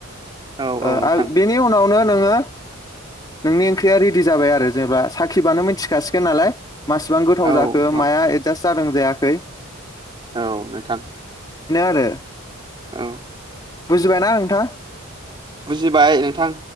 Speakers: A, on the right; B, on the left.
A: औ औ
B: ओ-आ
A: नोंथां
B: बेनि उनावनो नोङो नोंनि ओंख्रिया रेडि जाबाय आरो जेनेबा साखिबानो मिथिखासिगोन नालाय। मासिबां गोथाव
A: औ
B: जाखो
A: औ
B: माया एदजास्ट जादों जाय है
A: औ नोंथां।
B: आरो
A: औ
B: बुजिबायना नोंथां
A: बुजिबाय नोंथां